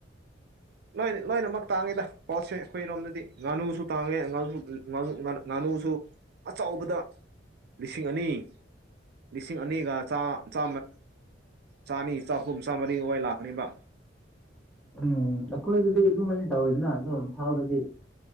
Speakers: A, on the right (about 55°); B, in the centre.
A: ꯂꯣꯏ ꯂꯣꯏꯅꯃꯛ ꯇꯥꯡꯉ‌ꯦꯗ ꯄꯣꯠꯁꯦ ꯑꯩꯈꯣꯏꯔꯣꯝꯗꯗꯤ ꯉꯥꯅꯨꯁꯨ ꯇꯥꯡꯉꯦ ꯉꯥꯅꯨ ꯉꯥꯅꯨ ꯉꯥꯅꯨꯁꯨ ꯑꯆꯧꯕꯗ ꯂꯤꯁꯤꯡ ꯑꯅꯤ ꯂꯤꯁꯤꯡ ꯑꯅꯤꯒꯥ ꯆꯥꯝ ꯆꯥꯝꯃ ꯆꯥꯅꯤ ꯆꯍꯨꯝ ꯆꯥꯝꯃꯔꯤ ꯍ‌ꯣꯏ ꯂꯥꯛꯀꯅꯦꯕ
B: ꯎꯝ ꯑꯩꯈꯣꯏꯗꯗꯤ ꯑꯗꯨꯃꯥꯏꯅꯥ ꯇꯧꯏꯗꯅꯥ ꯑꯗꯣ ꯏꯝꯐꯜꯗꯗꯤ